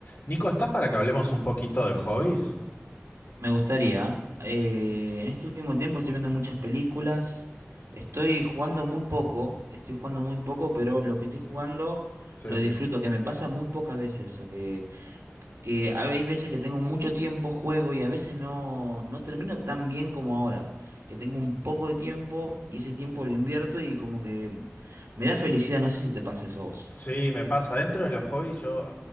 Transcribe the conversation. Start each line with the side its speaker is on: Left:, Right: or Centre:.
Left: Nico, ¿estás para que hablemos un poquito de hobbies?
Right: Me gustaría. Eh, en este último tiempo estoy viendo muchas películas. Estoy jugando muy poco. Estoy jugando muy poco, pero lo que estoy jugando
Left: Sí.
Right: lo disfruto, que me pasa muy pocas veces eso. Que, que a- hay veces que tengo mucho tiempo, juego y a veces no, no termino tan bien como ahora. Que tengo un poco de tiempo y ese tiempo lo invierto y como que me da felicidad. No sé si te pasa eso a vos.
Left: Sí, me pasa. Dentro de los hobbies, yo.